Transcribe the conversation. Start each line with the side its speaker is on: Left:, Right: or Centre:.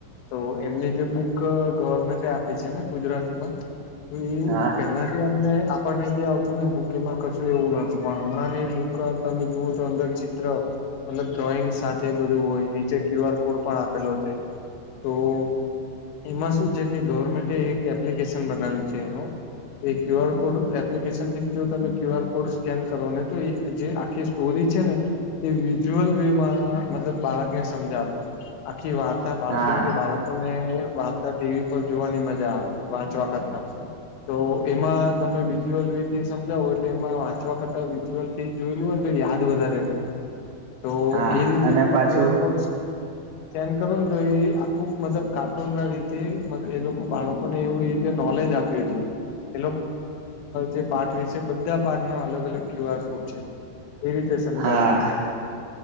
Left: તો એમને જે બુક ગવર્મેન્ટે આપી છે ને ગુજરાતીમાં? તો એ
Right: હા
Left: પેહલા જે અમને આ આપણને જે આવતી ને બુક એમાં કશું એવું નતું પણ હમણાં બુક તમે જુઓ તો અંદર ચિત્ર મતલબ ડ્રોઈંગ સાથે બધું હોય નીચે ક્યુ આર કોડ પણ આપેલો છે. તો એમાં શું છે કે ગવર્મેન્ટ એક એપ્લિકેશન બનાવ્યું છે એનું એ ક્યુઆર કોડ એપ્લિકેશન થી જો તમે ક્યુઆર કોડ સ્કેન કરો ને તો એ જે આખી સ્ટોરી છે ને તે વિઝ્યુઅલ વે માં મતલબ બાળકને સમજાવે આખી વાત બાળક
Right: હા
Left: કેમકે બાળક ને વાંતા ટીવી પર જોવાની મજા આવે વાંચવા કરતા તો એમાં તમે વિઝ્યુઅલ રિત થી સમજાવો એટલે એમાં વાંચવા કરતાં વિઝ્યુઅલ થી જોયેલ હો ને તો યાદ વધારે છે.
Right: <inaudible>
Left: તો
Right: હા
Left: એ રીતે
Right: અને પાછું
Left: ક્યુઆર કોડ <unintelligible> કરો ને તો એ આખું મતલબ કાર્ટૂન ના રીતે એ લોકો બાળકો લોકોને એવી રીતે નોલેજ આપયું છે. એ જે પાઠ વિશે બધા પાઠના અલગ અલગ ક્યુઆર કોડ છે એવી રીતે સમજાવ્યું
Right: હા
Left: છે અંદર